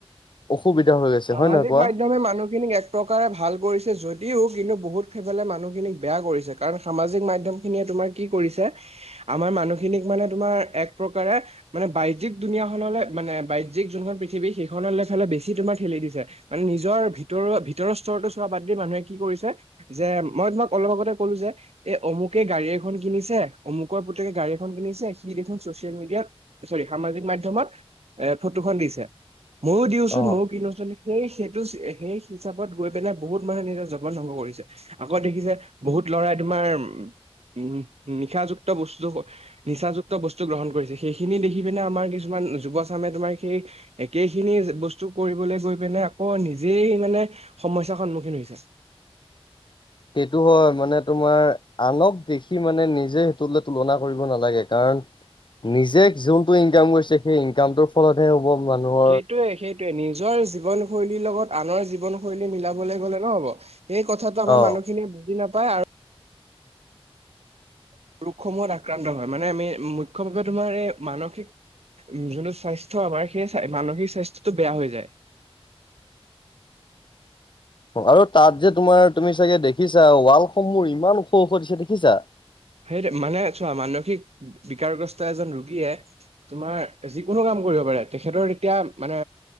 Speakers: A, on the left; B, on the right.
A: অসুবিধা হৈ গৈছে
B: সামাজিক
A: হয় নহয় কোৱা?
B: মাধ্যমে মানুহখিনিক এক প্ৰকাৰে ভাল কৰিছে যদিও কিন্তু বহুত সেইফালে মানুহখিনিক বেয়া কৰিছে, কাৰণ সামাজিক মাধ্যমখিনিয়ে তোমাৰ কি কৰিছে আমাৰ মানুহখিনিক মানে তোমাৰ এক প্ৰকাৰে মানে বাজ্যিক দুুনীয়াখনলৈ মানে বাজ্যিক যোনখন পৃথিৱী সেইখনলৈ ফালে বেছি তোমাৰ ঠেলি দিছে, মানে নিজৰ ভিতৰৰ ভিতৰৰ স্তৰতো চোৱা বাদ দি মানুহে কি কৰিছে যে মই তোমাক অলপ আগতে কলো যে এ অমুকে গাড়ী এখন কিনিছে, অমুকৰ পুতেকে গাড়ী এখন কিনিছে সি দেখোন চচিয়েল মিডিয়াত চৰি সামাজিক মাধ্যমত এ ফটোখন দিছে, ময়ো দিওঁচোন
A: অ'।
B: মইও কিনো সেই সেইটো সেই হিচাপত গৈ পেলাই বহুত মানুহে নিজৰ জীৱন ধ্বংস কৰিছে। আকৌ দেখিছে বহুত ল'ৰাই তোমাৰ উম উম নিশাযুক্ত বস্তু নিচাযুক্ত বস্তু গ্ৰহণ কৰিছে, সেইখিনি দেখি পিনে আমাৰ কিছুমান যুৱচামে তোমাৰ সেই একেখিনি বস্তু কৰিবলৈ গৈ পিনে আকৌ নিজেই মানে সমস্যাৰ সন্মুখীন হৈছে।
A: সেইটো হয়, মানে তোমাৰ আনক দেখি মানে নিজে সেইটোলে তুলনা কৰিব নালাগে কাৰণ নিজে যোনটো ইনকাম কৰিছে সেই ইনকামটো ফলত হে হব মানুহৰ
B: সেইটোৱে সেইটোৱে নিজৰ জীৱনশৈলীৰ লগত আনৰ জীৱনশৈলী মিলাবলে গলে নহব। এই কথাটো আমাৰ
A: অ
B: মানুহখিনিয়ে বুজি নাপায় আৰু ৰোগসমূহত আক্ৰান্ত হয়, মানে আমি মুখ্য ভাৱে তোমাৰ এই মানসিক উম যোনটো স্বাস্থ্য আমাৰ সেই মানসিক স্বাস্থ্যটো বেয়া হৈ যায়।
A: আৰু তাত যে তোমাৰ তুমি চাগে দেখিছা ৱালসমূহ ইমান ওখ ওখ দিছে দেখিছা।
B: সেইটোৱে মানে চোৱা মানসিক বিকাৰগ্ৰস্ত এজন ৰোগীয়ে তোমাৰ যিকোনো কাম কৰিব পাৰে, তেখেতৰ এতিয়া মানে